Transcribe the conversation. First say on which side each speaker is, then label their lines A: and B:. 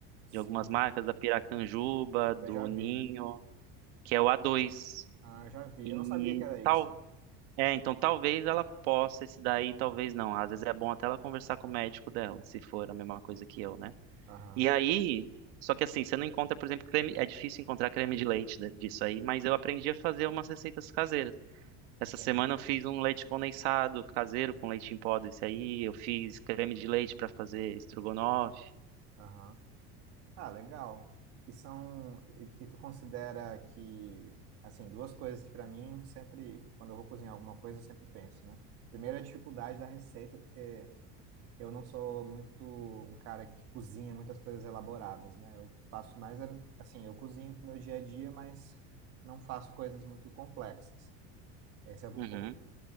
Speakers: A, on the right; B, on the right.
A: Sim,
B: de algumas marcas, da Piracanjuba, do
A: eu já vi.
B: Ninho, que é o A2.
A: Ah, eu já vi.
B: E
A: Eu não sabia que era isso.
B: tal, é, então talvez ela possa esse daí, talvez não. Às vezes é bom até ela conversar com o médico dela, se for a mesma coisa que eu, né?
A: Aham,
B: E aí, só que assim, você não encontra, por exemplo, creme, é difícil encontrar creme de leite da- disso aí, mas eu aprendi a fazer umas receitas caseiras. Essa
A: entendi.
B: semana eu fiz um leite condensado caseiro com leite em pó desse aí, eu fiz creme de leite para fazer estrogonofe.
A: Aham. Ah, legal. E são. E, e tu considera que, assim, duas coisas que pra mim sempre, quando eu vou cozinhar alguma coisa, eu sempre penso, né? Primeiro, a dificuldade da receita, porque eu não sou muito um cara que cozinha muitas coisas elaboradas, né? Eu faço mais, é, assim, eu cozinho pro meu dia a dia, mas não faço coisas muito complexas. Esse é um
B: Uhum,
A: ponto.